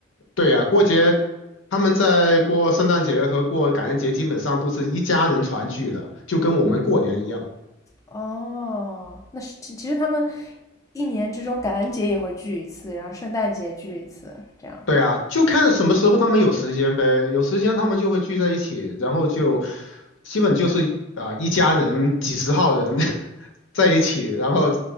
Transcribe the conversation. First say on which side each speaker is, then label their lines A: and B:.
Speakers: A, on the left (about 80°); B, on the left (about 15°).
A: 对呀，过节他们在过圣诞节和过感恩节，基本上都是一家人团聚的，就跟我们过年一样。
B: 哦，那是其其实他们一年之中感恩节也会聚一次，然后圣诞节聚一次，这样
A: 对啊，就看什么时候他们有时间呗，有时间他们就会聚在一起，然后就基本就是啊、呃一家人几十号人 <laughs> 在一起，然后